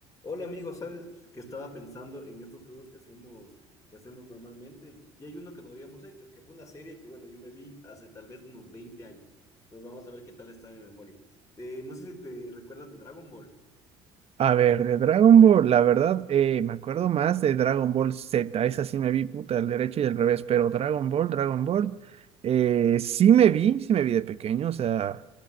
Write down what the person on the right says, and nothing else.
A ver, de Dragon Ball, la verdad, eh, me acuerdo más de Dragon Ball Z, esa sí me vi, puta, al derecho y al revés, pero Dragon Ball, Dragon Ball, eh, sí me vi, sí me vi de pequeño, o sea,